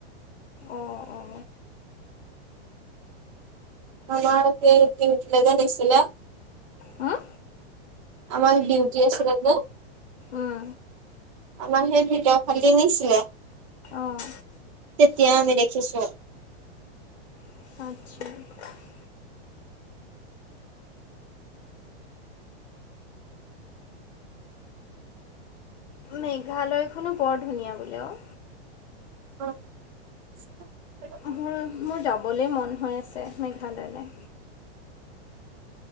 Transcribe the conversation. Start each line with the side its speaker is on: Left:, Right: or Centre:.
Left: অঁ অঁ
Right: আমাক সেই ডিউটিলৈ গৈছিলে,
Left: হুম
Right: আমাক ডিউটি আছিলে যে
Left: উম
Right: আমাক সেই ভিতৰৰ ফালে নিছিলে
Left: অঁ
Right: তেতিয়া আমি দেখিছো।
Left: <unintelligible> মেঘালয়খনো বৰ ধুনীয়া বোলে অ'।
Right: <unintelligible>
Left: মোৰ মোৰ যাবলৈ মন হৈ আছে মেঘালয়লে।